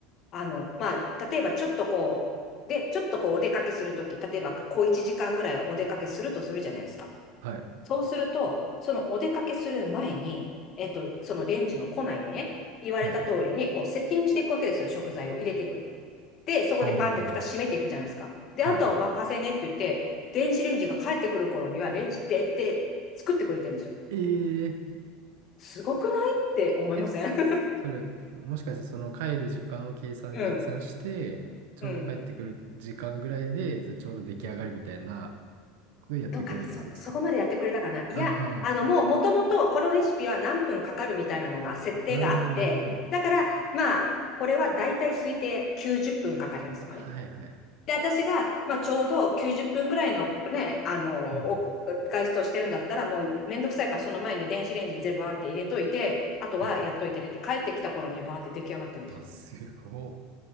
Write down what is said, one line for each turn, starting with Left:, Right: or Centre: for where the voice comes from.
Left: あの、まあ、例えばちょっとこう、で、ちょっとこうお出かけするとき、例えばこう1時間ぐらいお出かけするとするじゃないですか。
Right: はい。
Left: そうすると、そのお出かけする前に、えっと、そのレンジの庫内にね、言われた通りに、
Right: はい。
Left: こうセッティングしていくわけですよ、食材を入れていく。で、そこでバンって蓋閉めていくじゃないですか。
Right: は
Left: で、
Right: あ。
Left: あとはお任せねって言って、
Right: は
Left: 電子レンジが帰ってくる頃には、レンジで、で、作ってくれてるんですよ。
Right: い。えー、
Left: すごくないって思いません
Right: え、それ、もしかしてその帰る時間を計算、
Left: <laughs> うん。
Right: 逆算して、ちょうど帰ってくる時間ぐらいで、
Left: うん。
Right: それちょうど出来上がりみたいなことをやってくれるってことですか
Left: どうかなそ、そこまでやってくれたかないや、
Right: ああ
Left: あの、もう、もともと、このレシピは何分かかるみたいなのが、設定があって、
Right: ー、なるほどなるほど。
Left: だから、まあ、これはだいたい推定90分かかりますとかね。
Right: はいはいはい。
Left: で、私が、まあ、ちょうど90分ぐらいのね、あの、
Right: うん。
Left: お外出をしてるんだったら、もうめんどくさいから、その前に電子レンジに全部バーンって入れといて、あとはやっといてねって、
Right: はい。
Left: 帰ってきた頃にバーって出来上がってるんですよ。
Right: あ、すごっ。